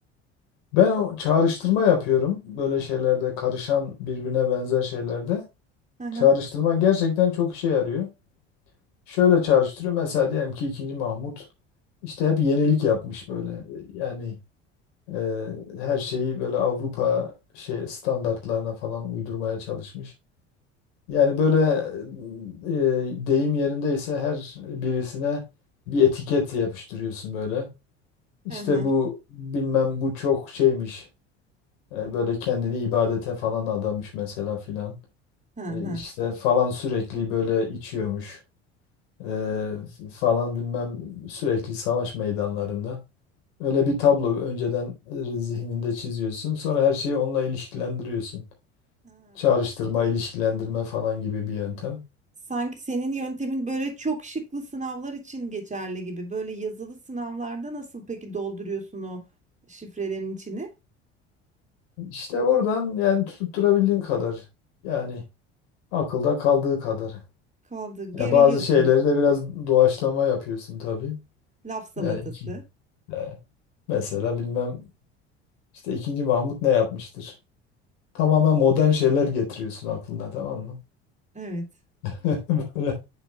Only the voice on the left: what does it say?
Ben o çağrıştırma yapıyorum böyle şeylerde, karışan birbirine benzer şeylerde.
Çağrıştırma gerçekten çok işe yarıyor. Şöyle çağrıştırıyor. Mesela diyelim ki ikinci Mahmut işte hep yenilik yapmış böyle. Yani Eee, her şeyi böyle Avrupa şey standartlarına falan uydurmaya çalışmış. Yani böyle eee, deyim yerindeyse her birisine bir etiket yapıştırıyorsun böyle. İşte
bu bilmem bu çok şeymiş. eee, böyle kendini ibadete falan adamış mesela filan.
İşte
işte falan sürekli böyle içiyormuş. Eee, falan bilmem sürekli savaş meydanlarında. Öyle bir tablo önceden zihninde çiziyorsun. Sonra her şeyi onunla ilişkilendiriyorsun.
Çağrıştırma,
ilişkilendirme falan gibi bir yöntem.
İşte oradan yani tutturabildiğin kadar. Yani akılda kaldığı kadar.
Ya
bazı şeyleri de biraz doğaçlama yapıyorsun tabii.
Yani iki. e, Mesela bilmem işte ikinci Mahmut ne yapmıştır? Tamamen modern şeyler getiriyorsun aklına tamam mı?
<laughs>